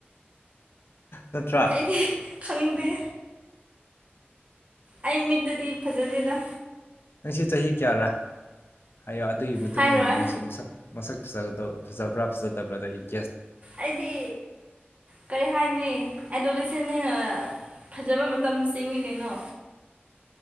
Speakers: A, on the left; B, on the right.
A: ꯅꯠꯇ꯭ꯔꯥ
B: ꯑꯩꯗꯤ ꯈꯪꯗꯦ ꯑꯩ ꯃꯤꯠꯇꯗꯤ ꯐꯖꯗꯦꯗ
A: ꯑꯪꯁꯦ ꯆꯍꯤ ꯀꯌꯥꯔꯥ ꯍꯥꯏꯌꯣ ꯑꯗꯨꯒꯤ ꯃꯇꯨꯡ
B: ꯍꯥꯏꯔꯣꯏ
A: ꯏꯟꯅ ꯅꯪꯁꯦ ꯃꯁꯛ ꯃꯁꯛ ꯐꯖꯒꯗꯕ ꯐꯖꯕ꯭ꯔꯥ ꯐꯖꯗꯕ꯭ꯔꯥꯗ ꯑꯩ ꯌꯦ
B: ꯑꯩꯗꯤ ꯀꯔꯤ ꯍꯥꯏꯅꯤ ꯑꯦꯟꯗꯣꯂꯦꯁꯟꯅꯤꯅ ꯐꯖꯕ ꯃꯇꯝꯆꯤꯡꯉꯤ ꯀꯩꯅꯣ